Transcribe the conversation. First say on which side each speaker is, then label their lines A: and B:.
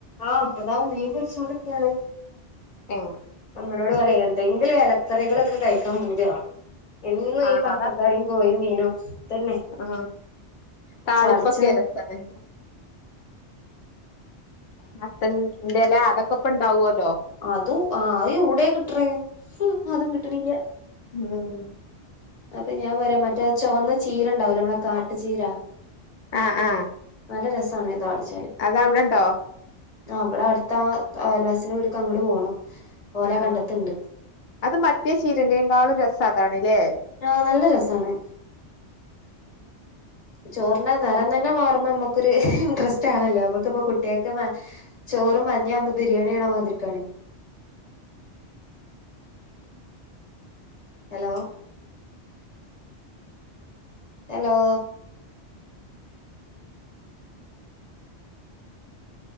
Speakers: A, on the left; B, on the left.
A: ആ അപ്പതാ മീൻ പൊരിച്ചോണ്ട്ക്കാണ്
B: ഏഹ്
A: അമ്മനോട് പറയാ എന്തെങ്കില് ഇലക്കറികളൊക്കെ കഴിക്കാൻ പൂതിയാവുണ് എന്നും
B: ആഹ്
A: ഈ പച്ചക്കറിയും കോഴി മീനും ഇതന്നെ
B: ആ താളിപ്പൊക്കെ
A: ചടച്ച്ണ്
B: രസാണ് മത്ത ന്റെ എല അതകപ്പൊ ഉണ്ടാവുല്ലോ
A: അദു ആ എവിടെ കിട്ട്ണ് ഉ അതും കിട്ടണില്ല
B: ഉം
A: അപ്പൊ ഞാൻ പറയാം മറ്റേ ചുവന്ന ചീരണ്ടാവല്ലോ നമ്മളെ കാട്ടു ചീരാ
B: ആ ആ
A: നല്ല രസാണ് താളിച്ചാല്
B: അതവടെഇണ്ടോ
A: ആ അവിടെ അടുത്ത ആ അയൽവാസി വീട്ട്ക്ക് അങ്ങട്ട് പോണം ഓല
B: ആ
A: കണ്ടത്തുണ്ട്
B: ആ അത് മറ്റേ ചീരന്റെകാളും രസാദാണല്ലേ
A: ആനല്ല രസാണ് ചോറിന്റെ നിറം തന്നെ മാറുമ്പോ നമ്മുക്കൊരു ഇൻറ്രസ്റ്റ് ആണല്ലോ നമ്മക്ക്‌പ്പൊ കുട്ടികൾക്ക് ചോ ചോറും മഞ്ഞാവുമ്പോ ബിരിയാണയണ മാതിരിക്കാണ് hello hello